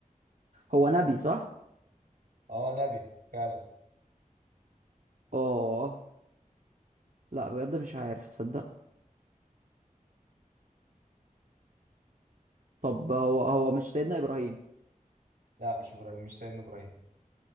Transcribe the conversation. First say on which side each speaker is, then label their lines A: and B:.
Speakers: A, on the right; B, on the right.
A: هو نبي صح
B: اه نبي فعلا
A: اه لا بجد مش عارف تصدق طب هو هو مش سيدنا ابراهيم
B: لا مش إبراهيم مش سيدنا إبراهيم